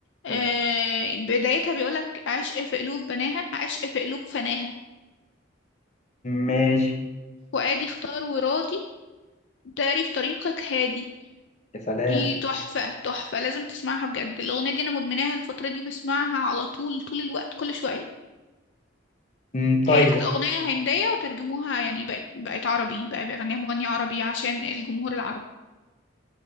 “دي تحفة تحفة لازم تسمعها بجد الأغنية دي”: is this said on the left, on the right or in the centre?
Left